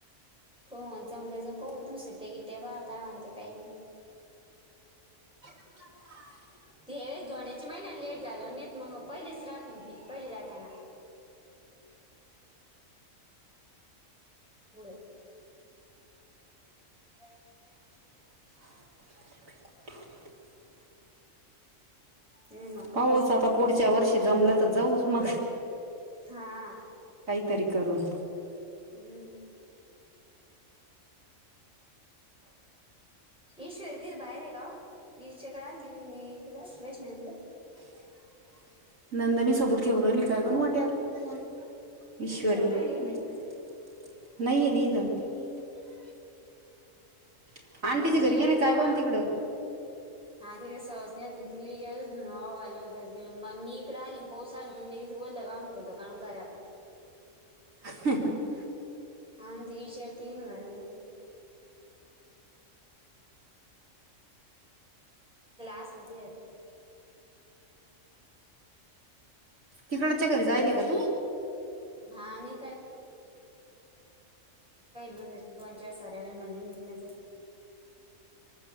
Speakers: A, in the centre; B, on the right.
A: होमच पाहू तू सिट्ट्या गिट्या पा काय म्हणते काही नाही
B: <inaudible>
A: <inaudible> ते धोंड्याच्या महिन्यान लेट झालं नई त मंग पयलेच रातेन ती पयली रातेना. <unintelligible> <inaudible>
B: <inaudible>
A: हम्म, मग
B: पाऊच
A: पहिलेच राहत
B: आता पुढच्या वर्षी जमलं तर जाऊस मग.
A: हां.
B: काहीतरी करून.
A: हम्म.
B: <inaudible>
A: ईश्वर त बाहेर गाव विच्याकडे आली त इकडं वैष्ण इकडे
B: <inaudible> <unintelligible>
A: ठेवू राहिली
B: <unintelligible>
A: अन
B: आंटीच्या घरी
A: ती ना
B: गेले काय
A: ते आ-
B: काण तिकडं.
A: <unintelligible> <unintelligible>
B: <unintelligible>
A: <unintelligible> म्हणला असं की हित.
B: तिकडच्या घरी जायली का तू.
A: <unintelligible> काही दोन दोन चार साऱ्या व म्हच.